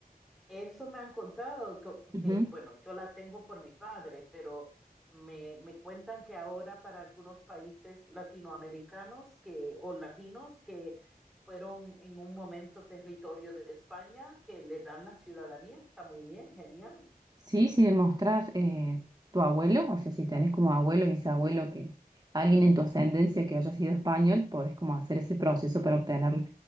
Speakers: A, in the centre; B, on the right.
A: Eso me han contado, que, porque,
B: Ujú.
A: bueno, yo la tengo por mi padre, pero me, me cuentan que ahora para algunos países latinoamericanos que, o latinos que fueron en un momento territorio de España, que le dan la ciudadanía. Está muy bien, genial.
B: Sí, si demostrás eh, tu abuelo, o sea, si tenés como abuelo, bisabuelo, que alguien en tu ascendencia que haya sido español, podés como hacer ese proceso para obtenerlo.